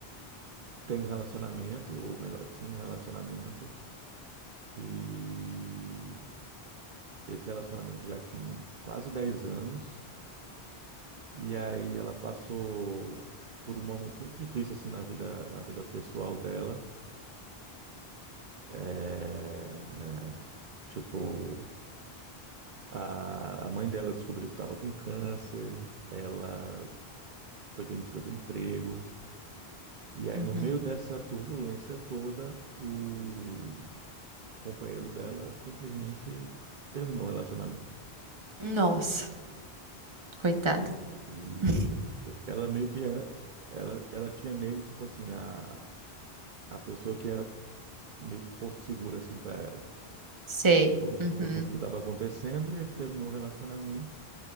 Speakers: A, on the right; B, on the right.
A: tem um relacionamento, ou melhor, tinha um relacionamento, e esse relacionamento já tinha quase 10 anos, e aí ela passou por um momento muito difícil, assim, na vida, na vida pessoal dela, É, tipo, a a mãe dela descobriu que estava com câncer, ela foi demitida do emprego. E aí,
B: Uhum.
A: no meio dessa turbulência toda, o companheiro dela simplesmente terminou o relacionamento.
B: Nossa, coitada.
A: E
B: <laughs>
A: ela meio que era, ela, ela tinha nele, tipo assim, a, a pessoa que era meio que porto seguro, assim, para ela,
B: Sei.
A: por-
B: Uhum.
A: com tudo que estava acontecendo, e ele terminou o relacionamento.